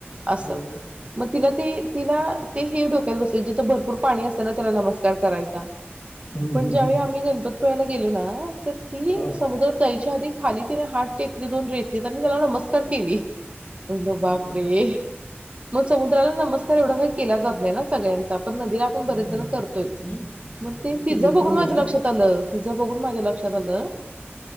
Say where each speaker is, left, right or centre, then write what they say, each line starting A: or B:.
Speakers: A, on the right (about 30°); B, on the left (about 45°).
A: असं
B: जेवलं
A: मग तिला ते तिला ते हे डोक्यात बसले जिथं भरपूर पाणी असतेना त्याला नमस्कार करायचा
B: हम्म,
A: पण
B: हम्म,
A: ज्यावेळी
B: हम्म.
A: आम्ही गणपती पवायला गेलो ना तर ती
B: हां.
A: समुद्रात जायची. आधी खाली तिने हात टेकली दोन रेतीत आणि त्याला नमस्कार केली. म्हटलं
B: अरे
A: बापरे!
B: वा
A: मग समुद्राला नमस्कार एवढा काही केला जात नाही ना सगळ्यांचा पण नदीला आपण बरेच
B: नाही, नाही,
A: जण
B: नाही.
A: करतोयच
B: आणि आणि
A: मग
B: बरेच
A: तिचं
B: लोकं
A: बघून माझ्या
B: ना
A: लक्षात आलं तिचं बघून माझ्या लक्षात आलं,